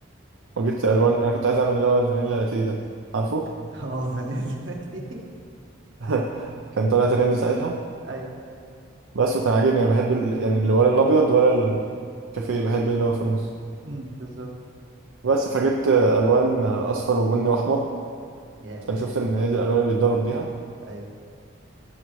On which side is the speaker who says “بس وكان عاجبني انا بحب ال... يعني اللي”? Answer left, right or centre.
Right